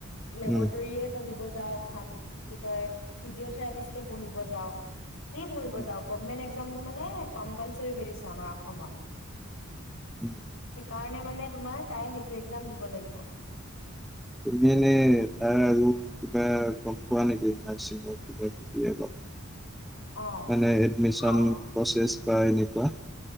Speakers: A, on the left; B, in the centre.
A: লেবৰেটৰীয়ে
B: উম,
A: পঢ়িব যাওক ফাৰ্ম, কি কয় ফিজিঅথেৰাপিষ্টে পঢ়িব যাওক। যি পঢ়িব
B: উম,
A: যাওঁক‌ গভ্মেন এক একজামটো মানে কম্পালচৰি কৰি দিছে আমাৰ অসমত,
B: উম, উম।
A: সেইকাৰণে মানে তোমাৰ তাই সেইটো এক্জাম দিব লাগিব।
B: তুমি এনে তাৰ আৰু কিবা গম পোৱা নেকি? <unintelligible> <unintelligible>
A: অ
B: মানে এডমিচন
A: অ
B: প্ৰচেছ কিবা এনেকুৱা